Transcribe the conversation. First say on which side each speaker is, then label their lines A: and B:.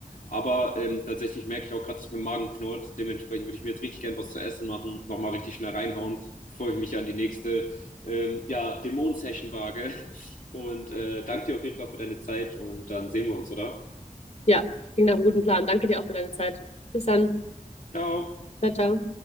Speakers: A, on the left; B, on the left.
A: Aber ähm, tatsächlich merke ich auch gerade, dass mein Magen knurrt. Dementsprechend würde ich mir jetzt richtig gern was zu essen machen, nochmal richtig schnell reinhauen, bevor ich mich an die nächste ähm, ja, dämonen session wage. Und äh, danke dir auf jeden Fall für deine Zeit und dann sehen wir uns, oder?
B: Ja, klingt nach einem guten Plan. Danke dir auch für deine Zeit. Bis dann.
A: Ciao!
B: Ciao. tschau.